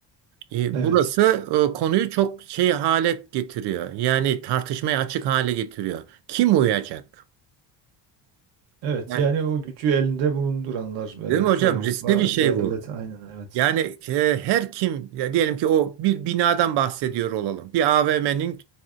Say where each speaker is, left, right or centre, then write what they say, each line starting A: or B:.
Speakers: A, on the right; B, on the right.
A: E,
B: Evet.
A: Burası e, konuyu çok şey hale getiriyor. Yani tartışmaya açık hale getiriyor. Kim uyacak?
B: Evet
A: Yani,
B: yani o gücü elinde bulunduranlar ve
A: değil mi hocam?
B: çoğunlukla
A: Riskli bir şey
B: devlet
A: bu.
B: aynen evet.
A: Yani e, her kim ya diyelim ki o bir binadan bahsediyor olalım. Bir AVM'nin